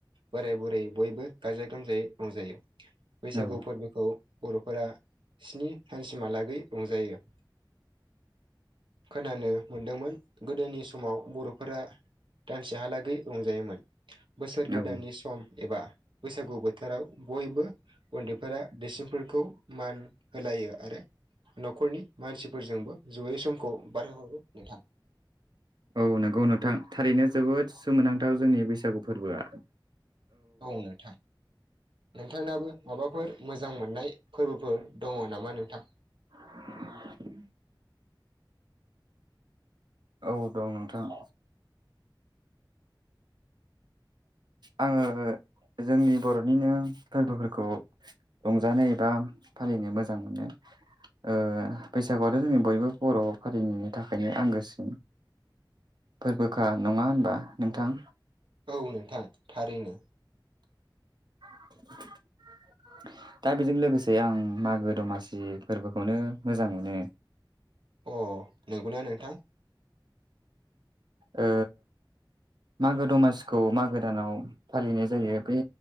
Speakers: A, on the right (about 80°); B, on the right (about 60°).
A: बोराय बुरै बयबो गाजा गोमजायै रंजायो। बैसागु
B: औ
A: फोरबोखौ बर'फोरा स्नि सानसिमहालागै रंजायो। खोनानो मोनदोंमोन गोदोनि समाव बर'फोरा दानसेहालागै रंजायोमोन बोसोर
B: औ
A: गोदाननि सम एबा गु बोथोराव बयबो उन्दैफोरा दैसिमफोरखौ मान होलायो आरो न'खरनि मानसिफोरजोंबो जयै समखौ बारहोहरो नोंथां।
B: औ नंगौ नोंथां थारैनो जोबोद सोमोनांथाव जोंनि बैसागु फोरबोआ।
A: औ नोंथां। नोंथांनाबो माबाफोर मोजां मोननाय फोरबोफोर दङ नामा नोंथां?
B: <inaudible> औ दं नोंथां। आङो जोंनि बर'निनो फोरबोफोरखौ रंजानो एबा फालिनो मोजां मोनो। ओ बैसागुआथ' जोंनि बयबो बर' हारिनिनि थाखायनो आंगोसिन। फोरबोखा नङा होनबा नोंथां?
A: औ नोंथां थारैनो।
B: <inaudible> दा बेजों लोगोसे आं मागो दमासि फोरबोखौनो मोजां मोनो।
A: अ नंगौना नोंथां?
B: ओ मागो दमासिखौ मागो दानाव फालिनाय जायो। बे